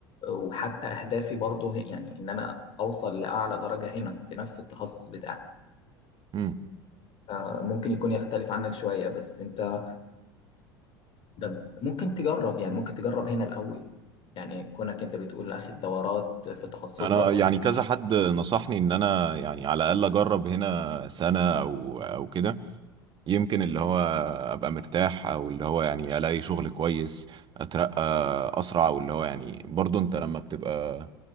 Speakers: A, on the left; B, on the right.
A: وحتى اهدافي برضو هي- يعني ان انا اوصل لاعلى درجه هنا في نفس التخصص بتاعي
B: مم.
A: فممكن يكون يختلف عنك شويه بس انت ده ممكن تجرب يعني ممكن تجرب هنا الاول يعني كونك انت بتقول اخد دورات في تخصصك
B: انا يعني
A: و...
B: كذا حد نصحني ان انا يعني على الاقل اجرب هنا سنة او او كده يمكن اللي هو ابقى مرتاح او اللي هو يعني الاقي شغل كويس اترقى اسرع او اللي هو يعني برضو انت لما بتبقى